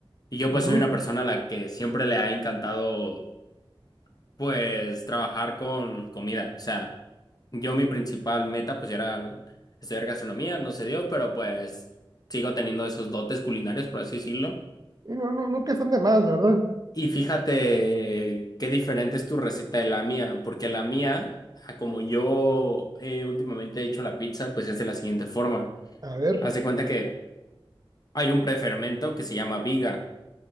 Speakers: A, on the left (about 45°); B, on the right (about 40°).
A: Y yo
B: Ujú.
A: pues soy una persona a la que siempre le ha encantado pues trabajar con comida. O sea, yo mi principal meta pues era el- estudiar gastronomía, no se dio, pero pues sigo teniendo esos dotes culinarios, por así decirlo.
B: Y no, no, nunca están de más, ¿verdad?
A: Y fíjate qué diferente es tu receta de la mía, porque la mía, a como yo eh, últimamente he hecho la pizza, pues es de la siguiente forma.
B: A ver.
A: Haz de cuenta que hay un prefermento que se llama viga.